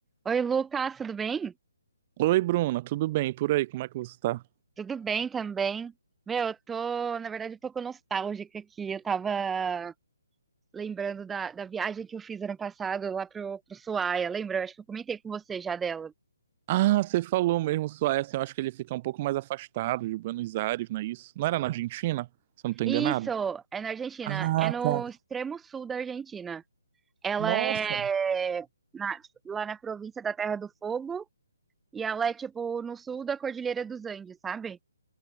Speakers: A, in the centre; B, on the right (about 25°).
A: Oi, Lucas, tudo bem?
B: Oi, Bruna, tudo bem? E por aí, como é que você tá?
A: Tudo bem também. Meu, eu tô, na verdade, um pouco nostálgica aqui. Eu tava lembrando da, da viagem que eu fiz ano passado lá pro, pro Ushuaia. Lembra? Eu acho que eu comentei com você já dela.
B: Ah, você falou mesmo, Suécia. Eu acho que ele fica um pouco mais afastado de Buenos Aires, não é isso? Não era na Argentina? Se eu não tô enganado.
A: Isso, é na Argentina.
B: Ah,
A: É no
B: tá.
A: extremo sul da Argentina. Ela
B: Nossa.
A: é na- tipo, lá na província da Terra do Fogo e ela é, tipo, no sul da Cordilheira dos Andes, sabe?